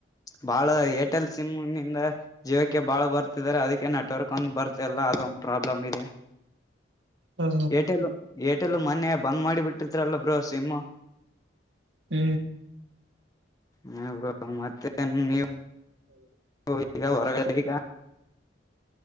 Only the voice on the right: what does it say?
ಹ
ಹೂ
<unintelligible>